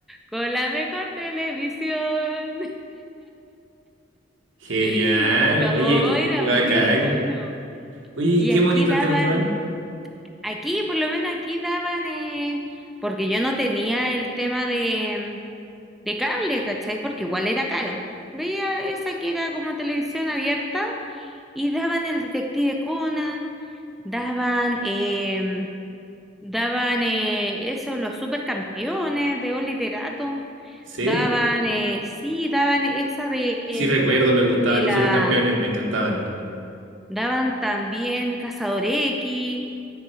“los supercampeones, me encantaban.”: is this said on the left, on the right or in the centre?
Right